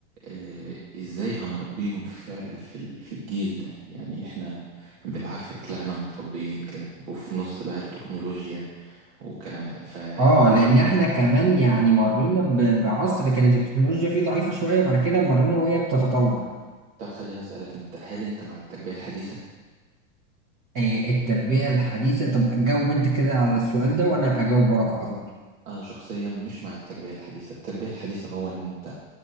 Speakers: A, on the right; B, on the right.
A: آه، ازاي هنربيهم في في ال- في الجيل ده يعني احنا بالعافية طلعنا متربيين كده وفي نص بقى التكنولوجيا والكلام ده فاولا
B: آه لأن إحنا كمان يعني مرينا ب- بعصر كانت التكنولوجيا فيه ضعيفة شوية بعد كده مرينا وهي بتتطور
A: طب خليني اسالك انت هل انت مع التربية الحديثة
B: آه، التربية الحديثة طب جاوب أنت كده على السؤال ده وأنا أجاوب وراك على طول
A: انا شخصيا مش مع التربيه الحديثه التربيه الحديثه هو ان انت